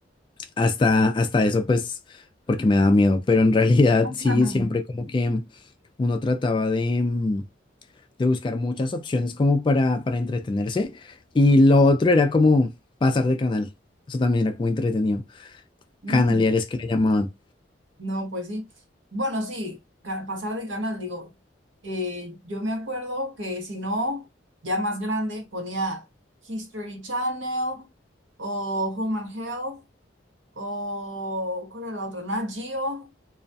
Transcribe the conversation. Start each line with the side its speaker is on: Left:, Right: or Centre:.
Left: hasta, hasta eso, pues, porque me daba miedo, pero en realidad
Right: <laughs>
Left: sí, siempre como que uno trataba de... mm, de buscar muchas opciones como para, para entretenerse. Y lo otro era como pasar de canal. Eso también era como entretenido.
Right: Ajá.
Left: Canaleares que le llamaban.
Right: No, pues sí. Bueno, sí, ca- pasar de canal, digo, eh, yo me acuerdo que si no, ya más grande, ponía History Channel o Home and Health o, ¿cuál era la otra? Nat Geo.